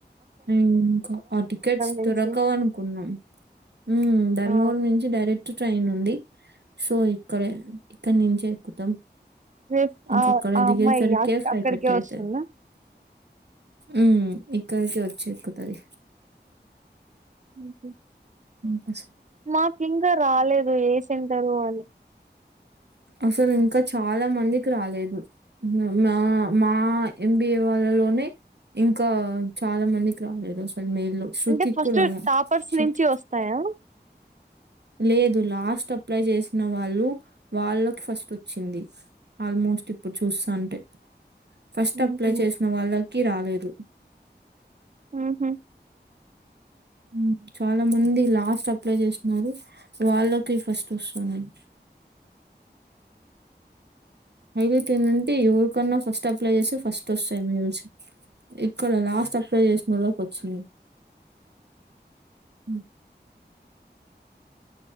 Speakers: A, on the right; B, on the right.
A: ఇంకా ఆ టికెట్స్
B: నుంచి
A: దొరకవ్ అనుకున్నా ఉమ్ ధర్మవరం
B: ఆ
A: నుంచి డైరెక్ట్ ట్రై ట్రైన్ ఉంది సో ఇక్కడే ఇక్కడ నుంచే ఎక్కుతాం
B: మీ
A: ఇంక
B: ఆ
A: అక్కడ
B: ఆ
A: దిగేసరికే
B: అమ్మాయి అక్
A: ఫైవ్
B: అక్కడికే
A: థర్టీ
B: వస్తుందా
A: అయిత ఉ ఇక్కడికి వచ్చి ఎక్కుతది
B: ఉహు
A: ఉ
B: మాకింక రాలేదు ఏ సెంటరు అని.
A: అసలు ఇంక చాలా మందికి రాలేదు. హు నా మా ఎంబిఏ వాళ్ళలో నే ఇంకా చాల మందికి రాలేదు స్ మైల్లో శృతి
B: అంటే ఫస్ట్
A: కు రాల
B: టాపర్స్
A: షట్
B: నుంచి వస్తాయా
A: లేదు లాస్ట్ అప్లై చేసిన వాళ్ళు వాళ్ళక్ ఫస్ట్ వచ్చింది ఆల్మోస్ట్ ఇప్పుడు చూసాంటే. ఫస్ట్
B: ఉహు
A: అప్లై చేసిన వాళ్ళకి రాలేదు
B: ఉహు
A: ఉ చాలా మంది లాస్ట్ అప్లై చేస్నారు, వాళ్ళకి ఫస్ట్ వస్తున్నయ్.
B: అ
A: అయితే తినుంటి ఎవరికన్న ఫస్ట్ అప్లై చేస్తే ఫస్ట్ వస్తాయేమో ల్సి ఇక్కడ లాస్ట్ అప్లై చేసినొళ్ళకి వచ్చి ఉ